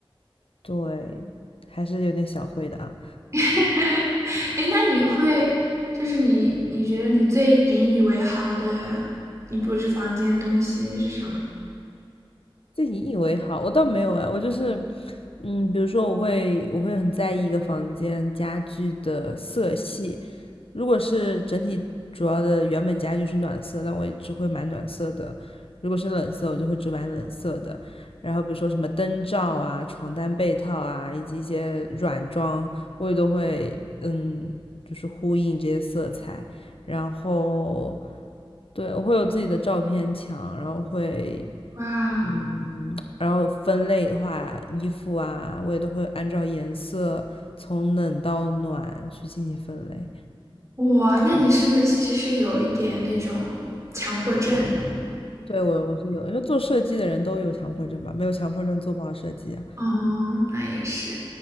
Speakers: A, on the left; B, on the right.
A: 对，还是有点小会的啊。
B: <laughs> 哎，那你会，就是你你觉得你最引以为豪的，你布置房间的东西是什么？
A: 自你以为好，我倒没有哎，我就是，嗯，比如说我会我会很在意一个房间家具的色系，如果是整体主要的原本家具是暖色，那我也只会买暖色的；如果是冷色，我就会只买冷色的。然后比如说什么灯罩啊、床单被套啊，以及一些软装，我也都会嗯，就是呼应这些色彩。然后对我会有自己的照片墙，然后会
B: 哇
A: 嗯，然后分类的话，衣服啊，我也都会按照颜色从冷到暖去进行分类。
B: 哇，那你是不是其实是有一点那种强迫症？
A: 对，我我是有，因为做设计的人都有强迫症吧，没有强迫症做不好设计啊，
B: 嗯，那也是。